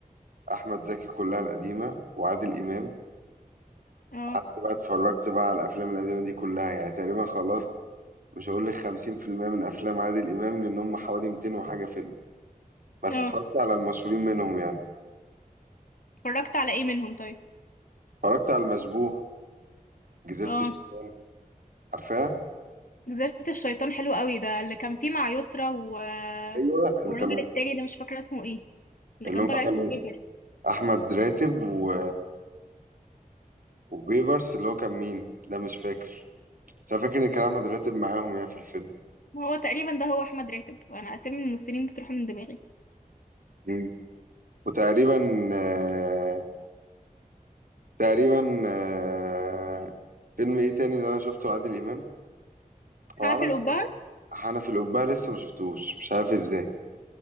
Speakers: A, on the right; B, on the left.
A: أحمد زكي كلها القديمة وعادل إمام
B: اه
A: قعدت بقى اتفرجت بقى على الافلام القديمه دي كلها يعني تقريبا خلصت مش هقول لك 50% من افلام عادل امام لان هم حوالي 200 وحاجه فيلم بس
B: اه
A: اتفرجت على المشهورين منهم يعني
B: اتفرجت على ايه منهم طيب
A: اتفرجت على المشبوه جزيره
B: اه
A: الشيطان عارفاها
B: جزيرة الشيطان حلو قوي ده اللي كان فيه مع يسرا و...
A: ايوه اللي
B: والراجل
A: كانوا
B: التاني ده مش فاكره اسمه ايه اللي
A: اللي
B: كان
A: هم
B: طالع
A: كانوا
B: اسمه بيترز
A: احمد راتب و... وبيبرس اللي هو كان مين لا مش فاكر بس انا فاكر ان كان احمد راتب معاهم يعني في الفيلم
B: هو تقريبا ده هو احمد راتب انا اسامي الممثلين بتروح من دماغي
A: مم. وتقريبا آه، تقريبا آه، فيلم ايه تاني اللي انا شفته لعادل امام
B: حنفي
A: هو عمل
B: القبعة
A: افلام حنف القبعة لسه ما شفتوش مش عارف ازاي